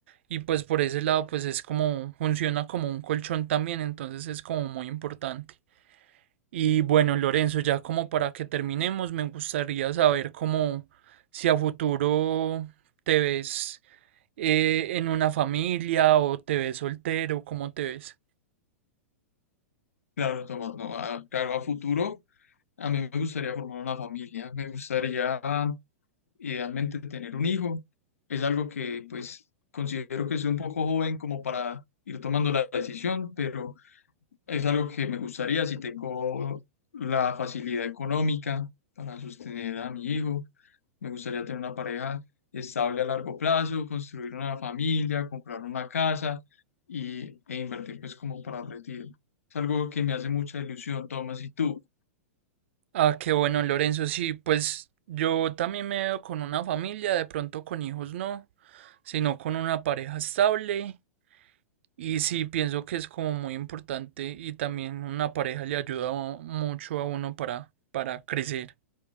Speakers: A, on the right; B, on the left.
A: Y pues por ese lado pues es como funciona como un colchón también, entonces es como muy importante. Y bueno, Lorenzo, ya como para que terminemos, me gustaría saber cómo si a futuro te ves eh, en una familia o te ves soltero, cómo te ves.
B: Claro, Tomás, no, a- claro, a futuro A mí me gustaría formar una familia, me gustaría idealmente tener un hijo. Es algo que pues considero que soy un poco joven como para ir tomando la decisión, pero es algo que me gustaría si tengo la facilidad económica para sostener a mi hijo. Me gustaría tener una pareja estable a largo plazo, construir una familia, comprar una casa y, e invertir pues como para el retiro. Es algo que me hace mucha ilusión, Tomás, ¿y tú?
A: Ah, qué bueno, Lorenzo, sí, pues yo también me veo con una familia, de pronto con hijos no, sino con una pareja estable. Y sí, pienso que es como muy importante y también una pareja le ayuda mu- mucho a uno para, para crecer.